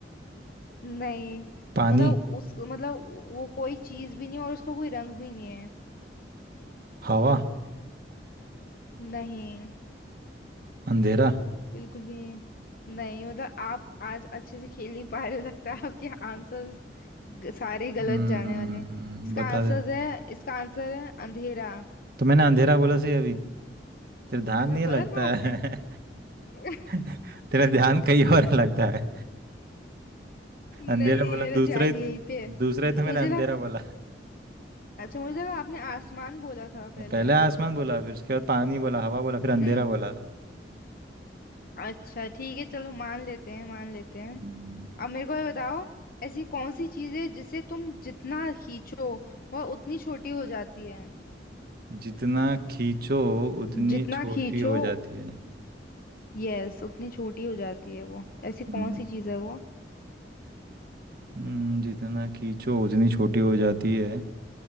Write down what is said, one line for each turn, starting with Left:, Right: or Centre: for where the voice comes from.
Left: नहीं
Right: पानी
Left: मतलब उस मतलब वो कोई चीज भी नहीं और उसका कोई रंग भी नहीं है
Right: हवा
Left: नहीं
Right: अंधेरा
Left: बिल्कुल भी नहीं नहीं मतलब आप आज अच्छे से खेल नहीं पा रहे हो लगता है आपके आंसर्स सारे गलत
Right: हम्म
Left: जाने वाले हैं इसका
Right: बता
Left: आंसर
Right: दे
Left: है इसका आंसर है अंधेरा
Right: तो मैंने अंधेरा बोला सही अभी तेरा ध्यान
Left: अच्छा
Right: नहीं है
Left: बोला
Right: लगता
Left: था आपने
Right: है
Left: <laughs>
Right: <laughs> तेरा ध्यान कहीं और है लगता है
Left: नहीं
Right: अंधेरा
Left: नहीं
Right: बोला
Left: मेरा
Right: दूसरा
Left: ध्यान
Right: ही
Left: यहीं पे है
Right: दूसरा ही तो मैंने
Left: मुझे
Right: अंधेरा
Left: लगा
Right: बोला
Left: अच्छा मुझे लगा आपने आसमान बोला था पहले
Right: पहले आसमान बोला फिर उसके बाद पानी बोला हवा बोला
Left: हम्म,
Right: फिर अंधेरा बोला था
Left: अच्छा ठीक है चलो मान लेते हैं मान लेते हैं
Right: हम्म
Left: अब मेरे को ये बताओ ऐसी कौन सी चीज है जिसे तुम जितना खींचो वह उतनी छोटी हो जाती है
Right: जितना खींचो उतनी
Left: जितना
Right: छोटी
Left: खींचो
Right: हो जाती है
Left: यस उतनी छोटी हो जाती है वो ऐसी
Right: हम्म
Left: कौन सी चीज है वो
Right: हम्म, जितना खींचो उतनी छोटी हो जाती है